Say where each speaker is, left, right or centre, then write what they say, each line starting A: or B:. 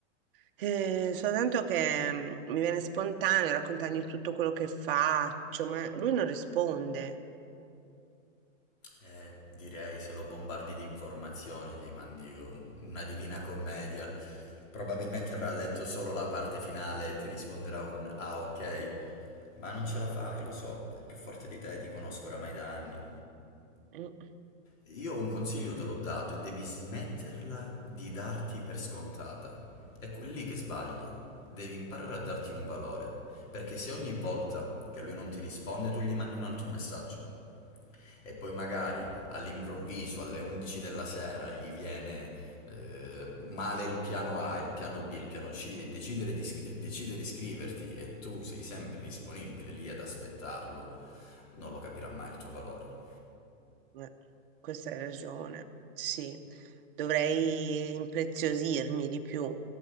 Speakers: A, on the right; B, on the left.
A: Eh, soltanto che mm, mi viene spontaneo raccontargli tutto quello che faccio, ma lui non risponde.
B: Eh, direi se lo bombardi di informazioni, gli mandi una Divina Commedia, probabilmente avrà letto solo la parte finale e ti risponderà un ah ok, ma non ce la fai, lo so, è più forte di te, ti conosco oramai da anni.
A: Mm.
B: Io un consiglio te l'ho dato e devi smetterla di darti per scontata. È quel lì che sbagli, devi imparare a darti un valore, perché se ogni volta che lui non ti risponde tu gli mandi un altro messaggio e poi magari all'improvviso alle 11 della sera gli viene eh, male il piano A, il piano B, il piano C e, decidere di, e decide di iscriverti e tu sei sempre disponibile lì ad aspettarlo, non lo capirà mai il tuo valore.
A: Eh, Questa hai ragione, sì, dovrei impreziosirmi di più.